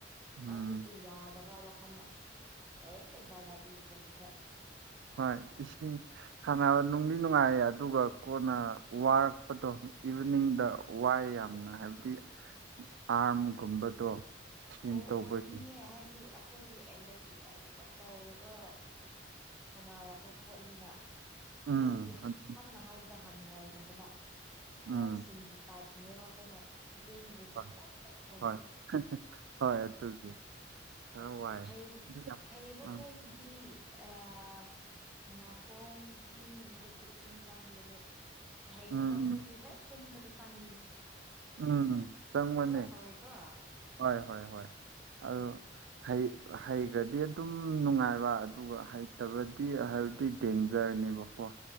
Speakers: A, on the right; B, in the centre.
A: ꯎꯝ
B: ꯑꯗꯨꯕꯨ ꯌꯥꯗꯕ ꯋꯥꯈꯟꯅ ꯍꯦꯛꯇ ꯖꯥꯠ ꯖꯥꯠ ꯎꯕꯁꯤꯗ
A: ꯍꯣꯢ ꯏꯁꯤꯡ ꯁꯥꯅꯕ ꯅꯨꯡꯗꯤ ꯅꯨꯡꯉꯥꯏꯌꯦ ꯑꯗꯨꯒ ꯀꯣꯟꯅ ꯋꯥꯔꯛꯄꯗꯣ ꯏꯚꯤꯅꯤꯡꯗ ꯋꯥꯏ ꯌꯥꯝꯅ ꯍꯥꯏꯕ ꯍꯥꯏꯗꯤ ꯑꯥꯔꯝꯒꯨꯝꯕꯗꯣ ꯖꯤꯝ
B: ꯑꯣ
A: ꯇꯧꯕꯒꯤ
B: ꯑꯣꯏꯅꯤꯌꯦ ꯍꯥꯏꯗꯤ ꯑꯩꯈꯣꯏꯒꯤ ꯑꯦꯅꯔꯖꯤ ꯂꯣꯏꯅꯃꯛ ꯇꯧꯔꯒ ꯁꯥꯟꯅꯔꯛꯄ ꯄꯣꯠꯅꯤꯅ
A: ꯎꯝ
B: ꯍꯥꯏꯗꯤ
A: ꯑꯗꯨ
B: ꯁꯝꯅ ꯍꯥꯏꯔꯕꯗ ꯍꯪꯋꯥꯏꯒꯨꯝꯕꯗ
A: ꯎꯝ
B: ꯐ꯭ꯔꯣꯛꯁꯤꯡꯒꯤ ꯇꯥꯏꯞ ꯑꯗꯨꯅꯦꯕ ꯑꯩꯈꯣꯏꯅ ꯂꯦꯡꯗꯔꯤꯖꯤ
A: ꯍꯣꯏ
B: ꯆꯞ ꯆꯞ ꯇꯧꯗꯣꯏꯁꯦ
A: ꯍꯣꯏ ꯍꯣꯏ ꯑꯗꯨꯒꯤ ꯈꯔ ꯋꯥꯏ
B: ꯍꯩꯕ
A: ꯑꯗꯨ ꯌꯥꯝ
B: ꯍꯩꯕ
A: ꯎꯝ
B: ꯈꯣꯏꯒꯤꯗꯤ ꯑꯥ ꯅꯥꯀꯣꯡ ꯆꯤꯟꯒꯨꯝꯕꯗꯁꯨ ꯏꯁꯤꯡ ꯆꯪꯗꯦꯗꯣ ꯍꯩꯇꯕ
A: ꯎꯝ
B: ꯑꯩꯈꯣꯏꯗꯤ ꯍꯦꯛ ꯀꯨꯝꯕꯗ ꯆꯪꯉꯤꯅꯤ
A: ꯎꯝ ꯆꯪꯕꯅꯦ
B: ꯀꯣ ꯇꯧꯋꯦꯀꯣ
A: ꯍꯣꯏ ꯍꯣꯏ ꯍꯣꯏ ꯑꯗꯣ ꯍꯩ ꯍꯩꯒ꯭ꯔꯥꯗꯤ ꯑꯗꯨꯝ ꯅꯨꯡꯉꯥꯏꯕ ꯑꯗꯨꯒ ꯍꯩꯇꯕꯗꯤ ꯍꯥꯏꯕꯗꯤ ꯗꯦꯟꯖ꯭ꯔꯅꯤ ꯅꯦꯕꯀꯣ